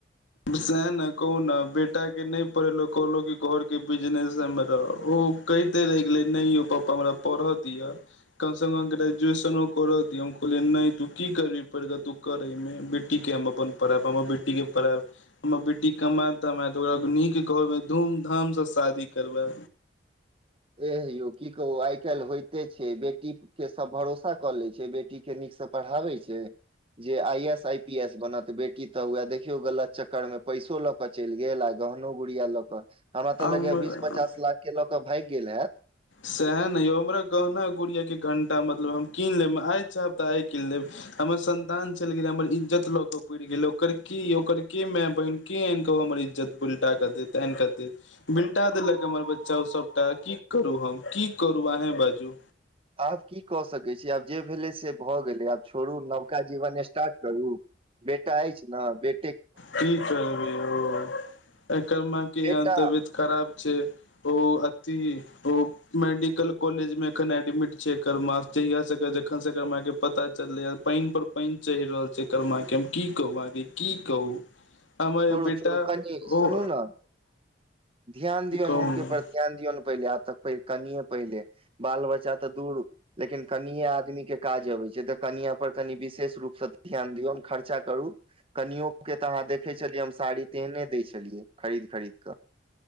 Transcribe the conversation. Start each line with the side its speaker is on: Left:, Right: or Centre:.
Left: सह ने कहु ने बेटा के नहि पढ़ेलो कहलो क घर के बिजनेस हम रह ओ कहिते रहि गेलै नहि यौ पप्पा हमरा पढ़ऽ दिआ। कम से कम ग्रेजुएशनो करऽ दिआ हम कहलियै नहि तू की करभी पढ़ के तू करैमे बेटीके हम अपन पढ़ायब हमर बेटीके पढ़ायब। हमर बेटी कमााय-तमात ओकरा नीक घरमे धूमधामसँ शादी करबै।
Right: एे यौ की कहू आइ काल्हि होइते छैय बेटी के सब भरोसा कऽ ले छैय बेटी के नीकसँ पढ़ाबै छैय। जे I S, I P S बनत बेटी तऽ वैह देखियो गलत चक्कर में पैसो लऽ क चलि गेल आ गहनो गुड़िया लऽ क हमरा तऽ
Left: हमरा
Right: लगैया बीस पचास लाख के लऽ क भागि गेल हैत।
Left: सएह ने यौ हमरा गहना गुड़ियाके घण्टा मतलब हम कीन लेब हम आइ चाहब तऽ आइ कीन लेब। हमर सन्तान चलि गेल हमर इज्जत लऽ क बुुरि गेल ओकर की ओकर के माय बहिन के आनि कऽ ओ हमर इज्जत पुलटा कऽ देत आनिक देत? बिलटा देलक हमर बच्चा ओ सबटा की करू हम की करू अहें बाजू।
Right: आब की कऽ सकै छी आब जे भेलै से भऽ गेलै आब छोड़ू नवका जीवन स्टार्ट करू बेटा अछि न बे
Left: की करबै यौ एकर मै क
Right: बेटा
Left: याँ तबियत खराब छैय ओ अथि ओ मेडिकल कॉलेजमे एखन एडमिट छैय एकर माँ जहियास एकर जखनसे एकर मैय के पता चललैए पानि पर पानि चढ़ि रहल छैय एकर माँ के हम की कहु अहांके की कहू। हमर
Right: छोरु
Left: बेटा
Right: छोरू कनि
Left: ओ
Right: सुनू न ध्यान
Left: कहू
Right: दियौन हुनके
Left: ने
Right: पर ध्यान दियौन पहिले आब तक कनिये पहिले बाल बच्चा तऽ दूर लेकिन कनिए आदमी के काज अबै छै तऽ कनिया पर कनि विशेष रूपसँ ध्यान दियौन खर्चा करू। कनियो के त अहाँ देखे छलियै हम साड़ी तेहने दय छलियै खरीद खरीद क